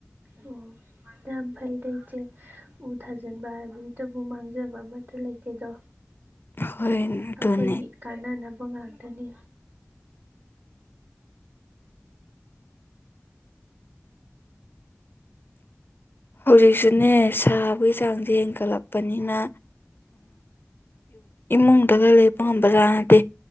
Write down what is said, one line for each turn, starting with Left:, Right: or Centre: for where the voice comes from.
Right: ꯑꯣ ꯌꯥꯝ ꯐꯩꯗ ꯏꯆꯦ ꯎ ꯊꯥꯖꯤꯟꯕ ꯍꯥꯏꯕ ꯇꯕꯨ ꯃꯥꯡꯖꯕ ꯑꯃꯠꯇ ꯂꯩꯇꯦꯗꯣ
Left: ꯍꯣꯏ ꯑꯗꯨꯅꯦ
Right: ꯑꯩꯈꯣꯏꯒꯤ ꯀꯥꯟꯅꯅꯕ ꯉꯥꯛꯇꯅꯤ
Left: ꯍꯧꯖꯤꯛꯁꯨꯅꯦ ꯁꯥꯕꯒꯤ ꯆꯥꯡꯁꯦ ꯍꯦꯟꯒꯠꯂꯛꯄꯅꯤꯅ ꯏꯃꯨꯡꯗꯒ ꯂꯩꯕ ꯉꯝꯕꯖꯥꯠꯅꯗꯦ